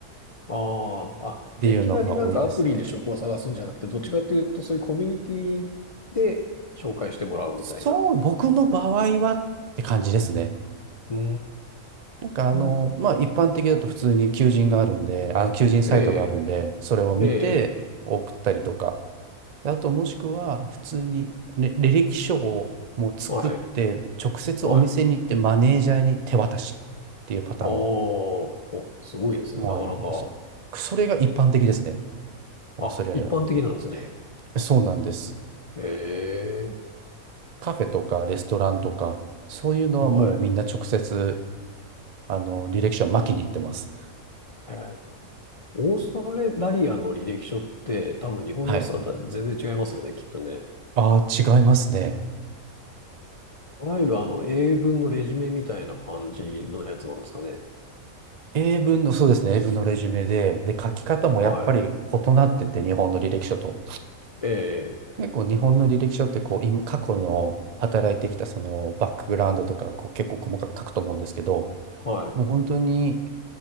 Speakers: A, on the left; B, on the right.
A: ああ。あ、
B: っていうのが多いですね。
A: じゃあいきなりなんかアプリで職を探すんじゃなくて、どっちかというとそういうコミュニティで紹介してもらうみたいな。
B: そう、僕の場合はって感じですね。
A: うー
B: なんかあの、
A: ん。
B: まあ一般的だと普通に求人があるんで、あの求人サイトがあるんで、
A: ええ。
B: それを見て送ったりとか、
A: ええ。
B: あともしくは普通にれ履歴書をもう作って直接お店に行ってマネージャーに手渡しっていうパターン
A: はい。はい。ああ、お、すごいですね。
B: もあります。
A: なかなか。
B: それが一般的ですね。オーストラリアだと。
A: あ、一般的なんですね。
B: そうなんです。
A: <laughs> ええ、
B: カフェとかレストランとか、そういうのはもうみんな直接
A: はい。
B: あの履歴書を巻きに行ってます。
A: えーオーストラリアの履歴書って多分日本のやつとはだ全然違いますよね、
B: はい。
A: きっとね。
B: ああ、違いますね。
A: いわゆるあの英文のレジュメみたいな感じのやつなんですかね。
B: 英文の、そうですね、英文のレジュメで、で、書き方もやっぱり異なってて、
A: はい。
B: 日本の履歴書と。
A: ええ、
B: 結構日本の履歴書ってこう、今、過去の働いてきたそのバックグラウンドとかこう結構細かく書くと思うんですけど、
A: はい、
B: もう本当に、